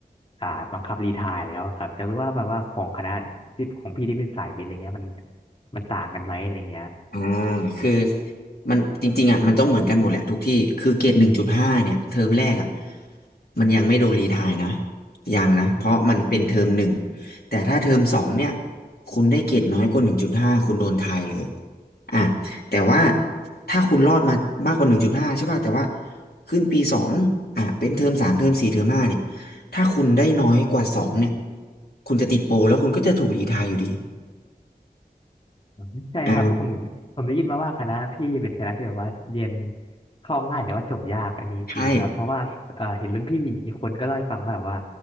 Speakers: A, on the left (about 35°); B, on the left (about 75°).
A: อ่าบังคับรีไทร์แล้วครับจะรู้ว่าแบบว่าของคณะที่ของพี่ที่เป็นสายวิทย์อะไรเงี้ยมันมันต่างกันไหมอะไรเงี้ย
B: อ่าคือมันจริงๆอ่ะมันต้องเหมือนกันหมดแหละทุกที่คือเกรดหนึ่งจุดห้าเนี่ยเทอมแรกอ่ะมันยังไม่โดนรีไทร์นะยังนะเพราะมันเป็นเทอมหนึ่งแต่ถ้าเทอมสองเนี่ยคุณได้เกรดน้อยกว่าหนึ่งจุดห้าคุณโดนไทร์เลยอ่ะแต่ว่าถ้าคุณรอดมามากกว่าหนึ่งจุดห้าใช่ป่ะแต่ว่าขึ้นปีสองอ่ะเป็นเทอมสามเทอมสี่เทอมห้าเนี่ยถ้าคุณได้น้อยกว่าสองเนี่ยคุณจะติดโปรแล้วคุณก็จะถูกรีไทร์อยู่ดี
A: อืมใช่ครับแล้วผมผมได้ยินมาว่าคณะพี่เป็นคณะที่แบบว่าเรียน
B: อ่า
A: เข้าง่ายแต่ว่าจบยากอันนี้จริงไหมครับเพราะว่าเอ่อเห็นรุ่นพี่อีกคนก็เล่าให้ฟังว่าแบบว่า
B: ใช่